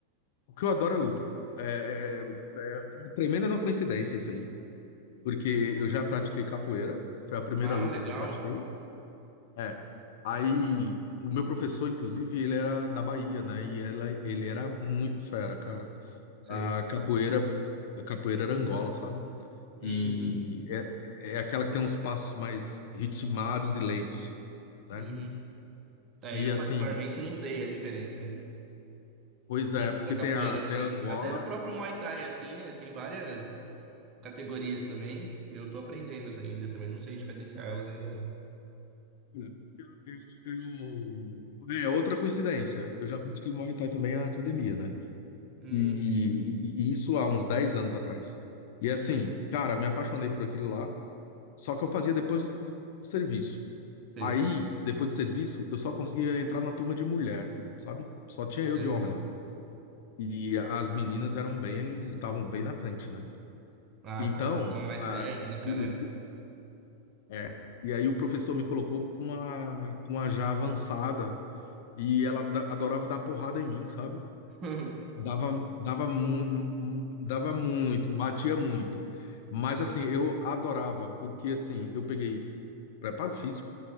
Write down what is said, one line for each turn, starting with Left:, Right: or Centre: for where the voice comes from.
Left: o que eu adoro é luta. É, é, é tremenda uma coincidência isso aí. porque eu já pratiquei capoeira, foi a primeira
Right: Ah,
Left: luta
Right: legal.
Left: que eu pratiquei. É. Aí, o meu professor, inclusive, ele era da Bahia, né? E ela, ele era muito fera, cara.
Right: Sei.
Left: A capoeira, a capoeira era Angola, sabe? E
Right: Uhum,
Left: é, é aquela que tem uns passos mais ritmados e lentos, né?
Right: uhum. Aí
Left: E
Right: eu
Left: assim,
Right: particularmente não sei a diferença.
Left: pois é,
Right: Dentro
Left: porque
Right: da capoeira,
Left: tem a,
Right: assim.
Left: tem a Angola.
Right: Até no próprio Muay Thai, assim, é, tem várias categorias também. E eu tô aprendendo assim, ainda também. Não sei diferenciar elas ainda não.
Left: Eu- eu- eu- É outra coincidência. Eu já pratiquei Muay Thai também na academia, né?
Right: Hum,
Left: E, e- e isso há uns 10 anos atrás. E assim, cara, me apaixonei por aquilo lá, só que eu fazia depois do, do serviço.
Right: sei,
Left: Aí, depois do serviço, eu só conseguia entrar na turma de mulher, sabe? Só tinha eu
Right: sei.
Left: de homem lá. E as meninas eram bem, estavam bem na frente, né?
Right: Ah,
Left: Então,
Right: tá. Já tem uma mais
Left: ah,
Right: técnica,
Left: o,
Right: né?
Left: o- é. E aí o professor me colocou com uma, com uma já avançada e ela da- adorava dar porrada em mim, sabe?
Right: <laughs>
Left: Dava, dava, mu dava muito, batia muito. Mas
Right: Sei.
Left: assim, eu adorava, porque assim, eu peguei preparo físico,